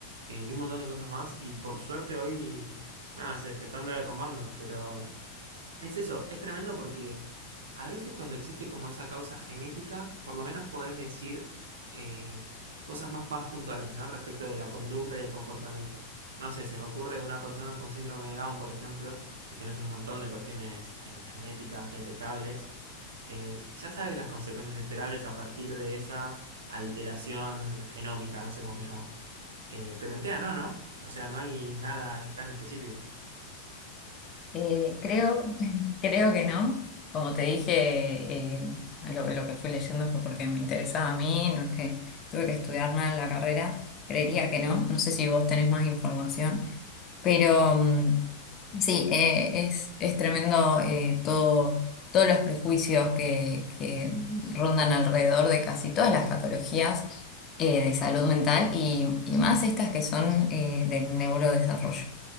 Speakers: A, on the right (about 60°); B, on the left (about 30°).
A: eh, y un montón de cosas más y por suerte hoy nada, se, se están derrumbando, pero es eso, es tremendo porque a veces cuando existe como esa causa genética, por lo menos podés decir eh, cosas más, más puntuales, ¿no? Respecto de la conducta y el comportamiento. No sé, se me ocurre una persona con síndrome de Down, por ejemplo, que tenés un montón de cuestiones eh, genéticas detectables, eh, ya sabes las consecuencias esperables a partir de esa alteración genómica, no sé cómo se llama. Eh, pero en TEA no, ¿no? O sea, no hay nada tan específico.
B: Eh, creo, <laughs> creo que no. Como te dije, eh, lo, lo que fui leyendo fue porque me interesaba a mí, no es que tuve que estudiar nada en la carrera. Creería que no. No sé si vos tenés más información. Pero mm, sí, eh, es, es tremendo eh, todo, todos los prejuicios que, que rondan alrededor de casi todas las patologías eh, de salud mental y, y más estas que son eh, del neurodesarrollo.